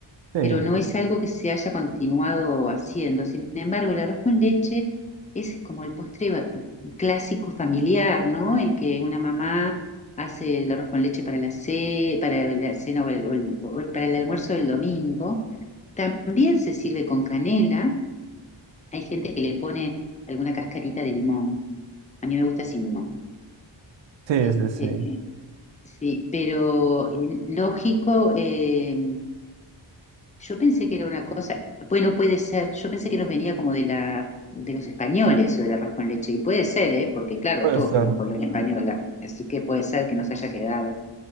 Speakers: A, on the right; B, on the left.
A: Sí,
B: pero no es algo que se haya continuado haciendo. Sin embargo, el arroz con leche es como el postre va- clásico familiar, ¿no? El que una mamá hace el arroz con leche para la, ce- para la cena o el- o el- o para el almuerzo del domingo. También se sirve con canela. Hay gente que le pone alguna cascarita de limón. A mí me gusta sin limón.
A: sí,
B: Este,
A: sí, sí.
B: sí, pero eh, lógico, eh, yo pensé que era una cosa, bueno, puede ser, yo pensé que nos venía como de la, de los españoles o el arroz con leche, y puede ser, ¿eh? Porque claro,
A: Puede
B: todos
A: ser.
B: fuimos colonia española, así que puede ser que nos haya quedado.